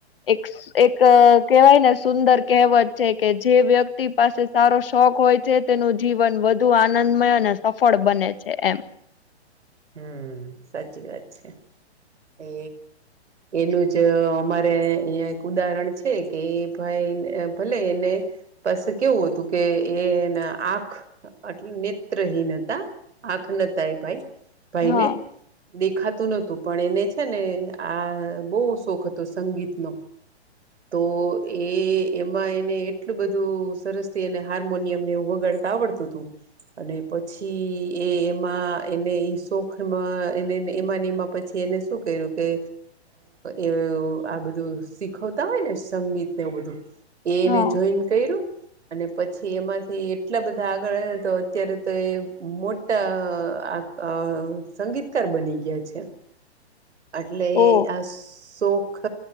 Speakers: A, on the left (about 55°); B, on the right (about 85°).
A: એક એક કેહેવાય ને સુંદર કહેવત છે કે જે વ્યક્તિ પાસે સારો શોખ હોય છે તેનું જીવન વધુ આનંદમય અને સફળ બને છે એમ.
B: હમ સાચી વાત છે, એ એનું જ અમારે અહીંયા એક ઉદાહરણ છે કે ભાઈ ભલે એને. બસ કેવું હતું કે એ ના આંખ એટલે નેત્રહીન હતા, આંખ નોતી એ ભાઈ ભાઈને.
A: હા
B: દેખાતું નહોતું પણ એને છે ને આ બહુ શોખ હતો સંગીતનો. તો એ એમાં એને એટલું બધું સરસ થી એને હાર્મોનિયમ નેું વગાડતાં આવડતું હતું, અને પછી એ એમાં એને શોખમાં એને એમાંને એમાં પછી એને શું કર્યું કે, એ આ બધું શીખો હોય ને સંગીત ને એવું બધું, એને
A: હા
B: જોઈન કર્યું. અને પછી એમાંથી એટલા બધા આગળ તો અત્યારે તો એ મોટા આ સંગીત બની ગયા છે, એટલે
A: ઓ
B: આ શોખ